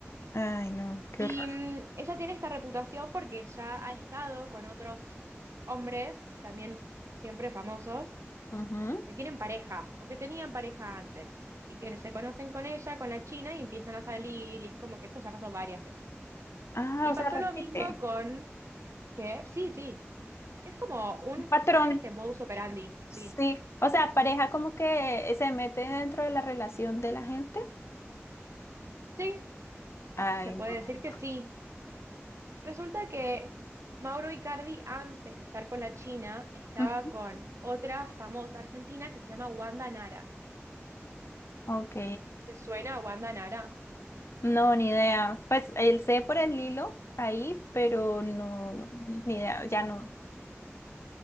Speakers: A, on the left; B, on the right.
A: Ay, no, qué
B: Y
A: horror.
B: mm, ella tiene esta reputación porque ya ha estado con otros hombres, también siempre famosos,
A: Ujú.
B: que tienen pareja o que tenían pareja antes y que se conocen con ella, con la China y empiezan a salir y es como que esto ya pasó varias veces.
A: Ah,
B: Y
A: o
B: pasó
A: sea, repite.
B: lo mismo con que, sí, sí, es como un,
A: Un patrón.
B: ella tiene este modus operandi, sí.
A: Sí. O sea, pareja como que se mete dentro de la relación de la gente.
B: Sí,
A: Ay,
B: Se puede
A: no.
B: decir que sí. Resulta que Mauro Icardi, antes de estar con la China, estaba
A: No.
B: con otra famosa argentina que se llama Wanda Nara.
A: Ok,
B: ¿Te suena a Wanda Nara?
A: no, ni idea. Pues él sé por el hilo ahí, pero no, no, ni idea, ya no,